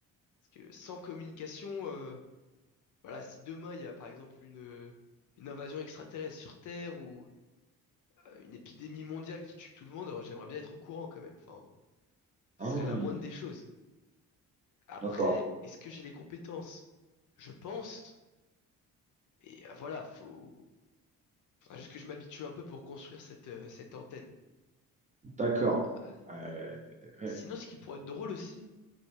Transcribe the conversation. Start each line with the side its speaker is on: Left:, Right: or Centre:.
Left: Parce que sans communication, euh, voilà, si demain il y a par exemple une, une invasion extraterrestre sur Terre ou euh, une épidémie mondiale qui tue tout le monde, alors j'aimerais bien être au courant quand même. Enfin, Ce
Right: Hum,
Left: serait la moindre des choses. Après,
Right: d'accord,
Left: est-ce que j'ai les compétences? Je pense, mais euh, voilà, faut... faudra juste que je m'habitue un peu pour construire cette, euh, cette antenne.
Right: d'accord.
Left: Euh,
Right: Euh, ouais.
Left: sinon, ce qui pourrait être drôle aussi,